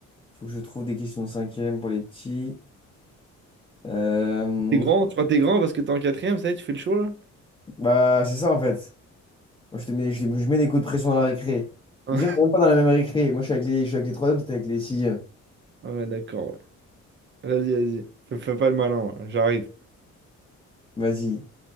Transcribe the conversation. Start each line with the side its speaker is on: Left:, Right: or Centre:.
Left: faut que je trouve des questions de cinquième pour les petits. Euh,
Right: T'es grand, tu vois, t'es grand parce que t'es en quatrième, ça y est, tu fais le show là?
Left: Bah, c'est ça en fait. Moi, je te mets, je, je mets des coups de pression dans la récré.
Right: Hein.
Left: Déjà, on n'est même pas dans la même récré. Moi, je suis avec les, je suis avec les troisièmes, toi, t'es avec les sixièmes.
Right: Ah ouais, d'accord, ouais. Vas-y, vas-y. Fais, fais pas le malin, hein, j'arrive.
Left: Vas-y.